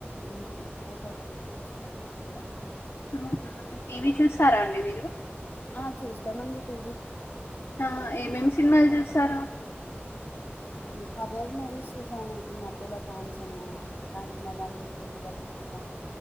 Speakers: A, on the left (about 55°); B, on the left (about 70°).
A: ఉమ్ ఇప్పుడే ప్రజెంట్ కూర్చున్నాను ఇలా
B: అవునా టీవీ చూసరా అండి మీరు
A: ఆ చూస్తామండి టీవీ
B: ఆ ఏమేమి సినిమాలు చూస్తారు
A: ఉమ్ హరర్ మూవీస్ చూసనో ఈ మధ్యలో కాంచనా కాంచనా వన్ టూ అవి చూసాను